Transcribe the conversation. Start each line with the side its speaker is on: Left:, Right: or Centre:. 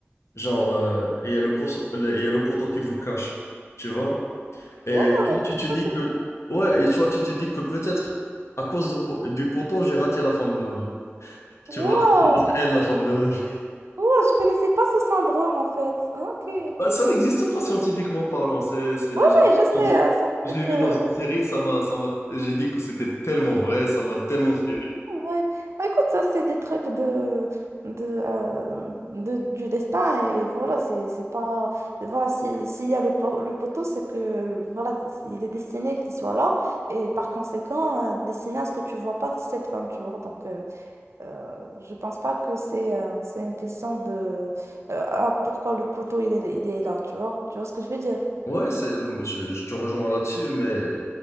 Left: genre, euh, il y a le poteau, il y a le poteau qui vous cache, tu vois, et
Right: Waouh!
Left: tu, tu te dis
Right: Oh, ce truc.
Left: que, ouais, et toi, tu te dis que peut-être à cause de po- du poteau, j'ai raté la femme de ma vie, tu vois,
Right: Waouh!
Left: <laughs> elle la femme de ma vie.
Right: Waouh, je connaissais pas ce syndrome, en fait. Ok. Oui,
Left: Bah, ça n'existe pas scientifiquement parlant. C'est, c'est-
Right: oui,
Left: je l'ai
Right: je
Left: vu
Right: sais,
Left: dans une,
Right: euh, c'est un
Left: je
Right: truc...
Left: l'ai vu dans une série, ça m'a, ça m'a, j'ai dit que c'était tellement vrai, ça m'a tellement fait. rire.
Right: Ouais. Bah, écoute, ça, c'est des trucs de, de, euh, de- du destin. Et voilà, c'est c'est pas. Voilà, s'il s'il y a le, po- le poteau, c'est que voilà, il est destiné qu'il soit là. Et par conséquent, euh, destiné à ce que tu vois pas cette femme, tu vois. Donc, euh, euh, je pense pas que c'est euh, c'est une question de. euh, ah, pourquoi le poteau, il est, il est là, tu vois. Tu vois ce que je veux dire?
Left: Ouais, c'est, moi, je, je te rejoins là-dessus, mais